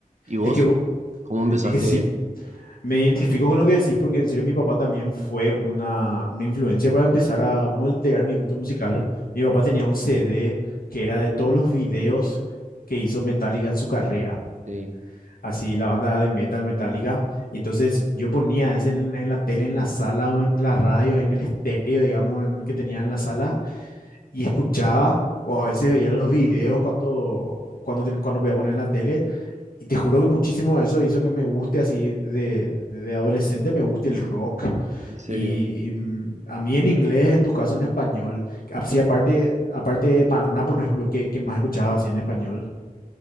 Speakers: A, on the right; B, on the left.
A: ¿Y vos?
B: Es que,
A: ¿Cómo empezaste?
B: es que sí, Me identifico con lo que decís porque en serio mi papá también fue una, una influencia para empezar a moldear mi gusto musical. Mi papá tenía un CD que era de todos los videos que hizo Metallica en su carrera,
A: eh,
B: así la banda de metal Metallica. Entonces yo ponía ese en, en la tele, en la sala o en la radio, en el estéreo, digamos, en- que tenía en la sala y escuchaba o a veces veía los videos cuando, cuando, ten- cuando podía poner en la tele y te juro que muchísimo eso hizo que me guste así de, de adolescente, me guste el rock.
A: en serio.
B: Y, y, mm, a mí en inglés, en tu caso en español, así aparte, aparte de Maná, por ejemplo, ¿qué, qué más escuchabas así en español?